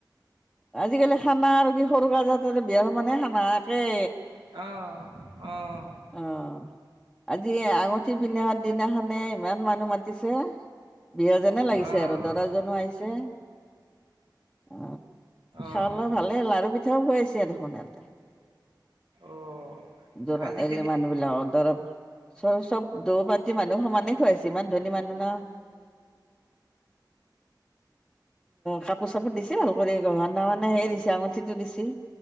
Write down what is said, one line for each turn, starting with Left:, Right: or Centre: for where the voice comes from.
Centre: আজিকালি খানা আৰু কি সৰু কাজৰ তাতে বিয়াৰ সমানে খানা একে।
Right: অ', অ',
Centre: অ', আজি আঙুঠি পিন্ধাৱা দিনাখানে ইমান মানুহ মাতিছে। বিয়াযেনে লাগিছে
Right: অ',
Centre: আৰু দৰাজনো আহিছে অ
Right: অ',
Centre: খাৱা লোঁৱা ভালে লাৰু- পিঠাও খুৱাইছে।
Right: অ',
Centre: দৰা
Right: আজিকালি
Centre: এই মানুহ বিলাকৰ দ্বাৰা চব -চব দৌ পাৰ্টি মানুহ সমানেই খুৱাইছে ইমান ধনী মানুহ ন। <inaudible> কাপোৰ চাপোৰ দিছে ভাল কৰি গহনা মানে সেই দিছে আঙুঠিটো দিছি।